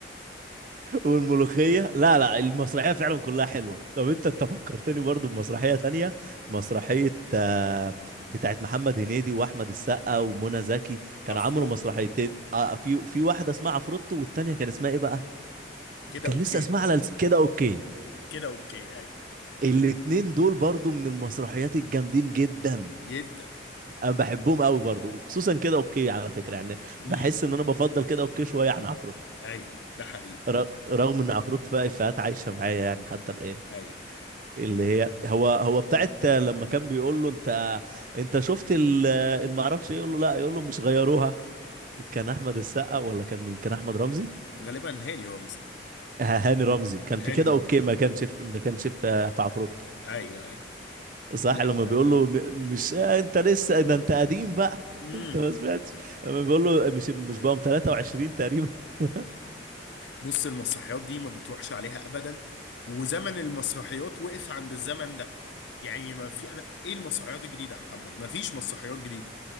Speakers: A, on the right (about 45°); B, on the left (about 70°).
A: والملوخيه لا لا المسرحيه فعلا كلها حلوه طب انت انت فكرتني برضو بمسرحيه تانية مسرحيه آه، بتاعت محمد هنيدي واحمد السقا ومنى زكي كانوا
B: عفروتو
A: عملوا مسرحيتين آه، في في واحده اسمها عفروتو والتانيه كان اسمها ايه بقى
B: كده
A: كان
B: اوكي
A: لسه اسمها
B: غالبا
A: على لس- كده اوكي
B: كده اوكي اي
A: الاتنين دول برضو من المسرحيات الجامدين جدا
B: جدا
A: انا بحبهم قوي برضو وخصوصا كده اوكي على فكره يعني
B: امم
A: بحس ان انا بفضل كده اوكي شويه عن عفروتو
B: ايوه ده حقيقي
A: ر- رغم ان عفروت فيها افيهات عايشه معايا يعني حتى الان
B: اي
A: اللي هي هو هو بتاعت لما كان بيقول له انت انت شفت ال- المعرفش ايه يقول له لا يقول له مش غيروها كان احمد السقا ولا كان مين كان احمد رمزي
B: غالبا هاني رمزي
A: آه، هاني رمزي كان
B: هاني
A: في كده
B: رمزي
A: اوكي ما
B: اه
A: كانش في ما كانش في آه، في عفروت
B: ايوه ايوه
A: صح
B: لا
A: لما
B: لا
A: بيقول له م- مش آه، انت لسه ده انت قديم بقى <laughs>
B: امم
A: انت ما سمعتش لما بيقول له مش مش بقى 23 تقريبا <laughs>
B: بص المسرحيات دي ما بتروحش عليها ابدا وزمن المسرحيات وقف عند الزمن ده يعني ما في انا ايه المسرحيات الجديده يا محمد ما فيش مسرحيات جديده